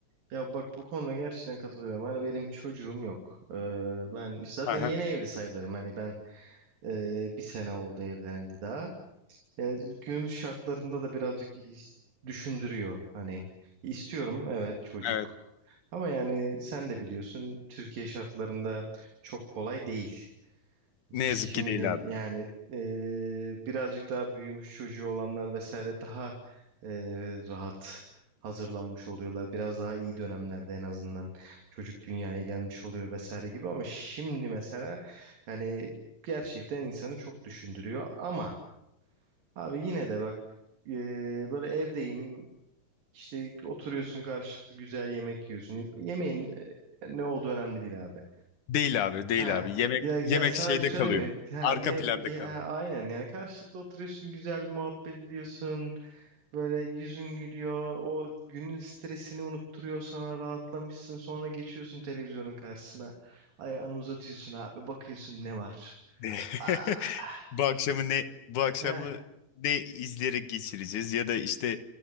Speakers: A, on the right; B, on the left.
A: Ya bak bu konuda gerçekten katılıyorum. Hani benim çocuğum yok. Ee, ben zaten
B: Aha,
A: yeni evli sayılırım. Hani ben Ee, bir sene oldu evlenildi daha. Yani günümüz şartlarında da birazcık is- düşündürüyor. Hani istiyorum evet çocuk.
B: evet.
A: Ama yani sen de biliyorsun Türkiye şartlarında çok kolay değil.
B: Ne
A: Şimdi
B: yazık ki değil abi.
A: yani eee, birazcık daha büyümüş çocuğu olanlar vesaire daha eee, rahat hazırlanmış oluyorlar. Biraz daha iyi dönemlerde en azından çocuk dünyaya gelmiş oluyor vesaire gibi ama şimdi mesela yani gerçekten insanı çok düşündürüyor ama abi yine de bak eee, böyle evdeyim işte oturuyorsun karşılıklı güzel yemek yiyorsun. Yemeğin eee, ne olduğu önemli değil abi.
B: Değil abi, değil
A: Ha.
B: abi. Yemek
A: Ya, ya
B: yemek
A: sana
B: şeyde
A: bir söyleyeyim
B: kalıyor.
A: mi? Ha,
B: Arka
A: ye,
B: planda
A: ye-
B: kalıyor.
A: ha, aynen yani karşılıklı oturuyorsun güzel bir muhabbet ediyorsun. Böyle yüzün gülüyor. O günün stresini unutturuyor sana rahatlamışsın. Sonra geçiyorsun televizyonun karşısına. Ayağını uzatıyorsun abi bakıyorsun ne var.
B: Ne-
A: Ah.
B: <laughs> Bu akşamı ne bu akşamı
A: Heh.
B: ne izleyerek geçireceğiz ya da işte